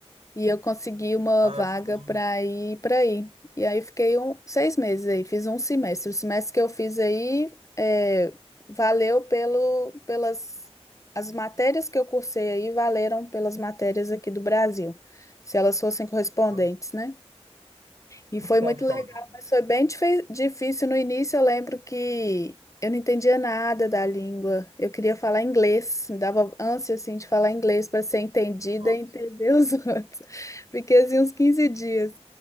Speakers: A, on the left; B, on the right.
A: E eu consegui uma
B: Ah,
A: vaga
B: sim.
A: para ir para aí. E aí fiquei um, seis meses aí, fiz um semestre. O semestre que eu fiz aí é, valeu pelo, pelas as matérias que eu cursei aí, valeram pelas matérias aqui do Brasil, se elas fossem correspondentes,
B: O
A: né? E
B: que
A: foi
B: que você
A: muito
B: achou
A: legal,
B: do...
A: mas foi bem dife- difícil no início. Eu lembro que eu não entendia nada da língua. Eu queria falar inglês, me dava ânsia assim de falar inglês para ser entendida
B: Nossa,
A: e entender os <laughs> outros. Fiquei assim uns 15 dias.